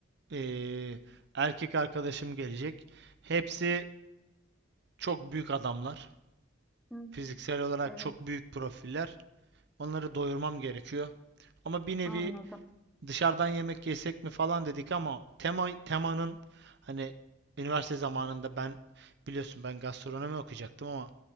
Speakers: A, on the right; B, in the centre.
A: e, erkek arkadaşım gelecek. Hepsi çok büyük adamlar.
B: Hı,
A: Fiziksel olarak
B: evet
A: çok büyük profiller. Onları doyurmam gerekiyor. Ama bir nevi
B: anladım.
A: dışarıdan yemek yesek mi falan dedik ama tema temanın hani üniversite zamanında ben biliyorsun ben gastronomi okuyacaktım ama